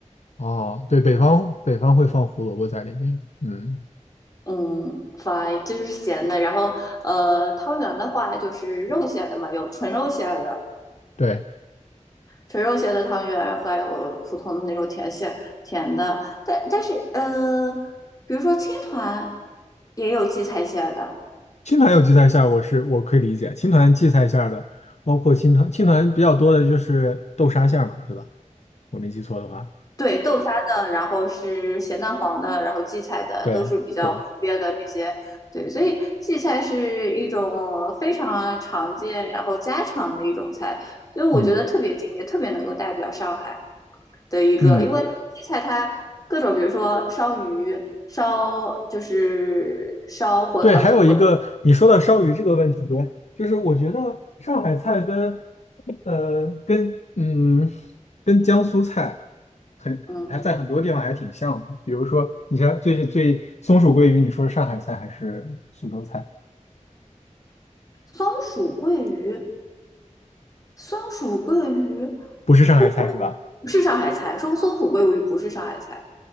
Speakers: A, on the left (about 60°); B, on the left (about 30°).
A: 哦，对，北方北方会放胡萝卜在里面。嗯，
B: 嗯，fine，这就是咸的。然后呃，汤圆的话就是肉馅的嘛，有纯肉馅儿的，
A: 对，
B: 纯肉馅的汤圆，还有普通的那种甜馅甜的，但但是呃，比如说青团也有荠菜馅的，
A: 青团有荠菜馅儿，我是我可以理解。青团荠菜馅儿的，包括青团青团比较多的就是豆沙馅儿嘛，对吧？我没记错的话。
B: 对，豆沙的，然后是咸蛋黄的，然后荠菜的都是比较普遍的这些，
A: 对对，
B: 对，所以荠菜是一种非常常见，然后家常的一种菜，所以我觉得特别近，
A: 嗯
B: 也特别能够代表上海的一个，
A: 嗯，
B: 因为荠菜它各种，比如说烧鱼。烧就是烧馄呃，
A: 对，还有一个你说到烧鱼这个问题，
B: 就馄
A: 就是我觉得上海菜跟呃跟嗯跟江苏菜。很还在很多地方还挺像的。
B: 嗯，
A: 比如说，你像最最松鼠桂鱼，你说是上海菜还是苏州菜？
B: 松鼠桂鱼，松鼠桂鱼
A: 不是上海菜是吧？
B: 不不是上海菜，说松鼠桂鱼不是上海菜。